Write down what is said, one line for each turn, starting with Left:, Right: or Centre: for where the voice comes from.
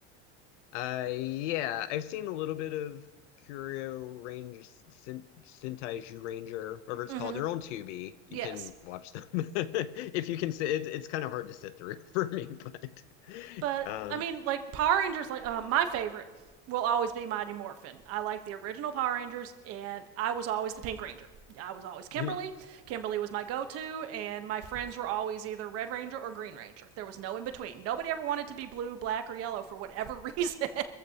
Left: Uh, yeah, I've seen a little bit of Curio Ranger, Sen- Sentai Ranger, whatever it's
Right: mm
Left: called.
Right: hmm
Left: They're on Tubi. You
Right: Yes.
Left: can watch them <laughs> if you can sit. It's, it's kind of hard to sit through <laughs> for me, but
Right: But
Left: um,
Right: I mean, like Power Rangers, like uh, my favorite will always be Mighty Morphin. I like the original Power Rangers, and I was always the Pink Ranger. I was always Kimberly.
Left: mhm.
Right: Kimberly was my go-to, and my friends were always either Red Ranger or Green Ranger. There was no in between. Nobody ever wanted to be blue, black, or yellow for whatever reason.